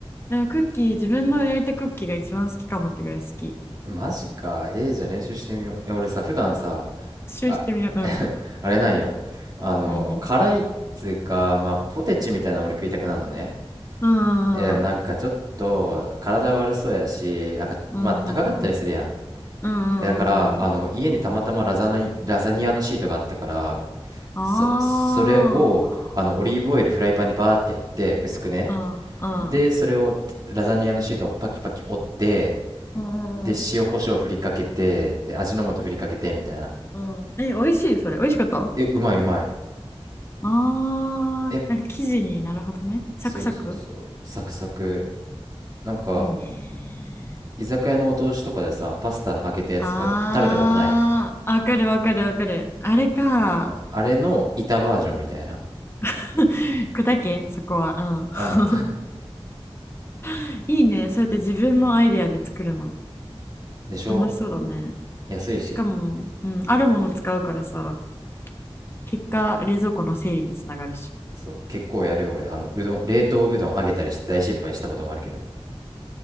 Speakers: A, on the left; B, on the right.
A: でもクッキー、自分の焼いたクッキーが一番好きかもってぐらい好き。
B: えマジか。えーじゃあ練習してみよう。え、俺さ、普段さ、
A: 一周してみよう。
B: あ、<laughs>
A: うん。
B: あれなんよ。あの、
A: 何
B: 辛いっつうか、まあ、ポテチみたいなの俺食いたくなるのね。
A: うんうん
B: え、でもなんかちょっと、体悪そうやし、なんか、
A: うんうん
B: まあ、高かったりするやん。
A: うんうんうんうんうんうん。
B: え、だから、あの、家にたまたまラザナ、ラザニアのシートがあったから、
A: ああ。
B: それ、それをあのオリーブオイルフライパンにバーってやって薄くね
A: うんうん
B: でそれをラザニアのシートをパキパキ折って
A: うんうん
B: で塩コショウ振りかけてで味の素振りかけてみたいな
A: うん。え、美味しいそれ。美味しかったあ
B: えうまいうまい
A: あー、
B: え
A: なんか生地になるほどね。サクサク。
B: そうそうそうサクサクなんか
A: いいね。
B: 居酒屋のお通しとかでさパスタの揚げたやつとか食べたことない、
A: ああ、わかるわかるわかる。あれか。
B: うん、あれの板バージョンみたいな
A: <laughs> 砕け、そこは。
B: うん
A: うん。<laughs> いいね。そうやって自分のアイデアで作るの。
B: <laughs> でしょ
A: 楽しそうだね。
B: 安いし
A: しかも、うん、あるもの使うからさ、結果、冷蔵庫の整理につながるし。
B: そう結構やるよ俺あのうどん冷凍うどん揚げたりして大失敗したこともあるけど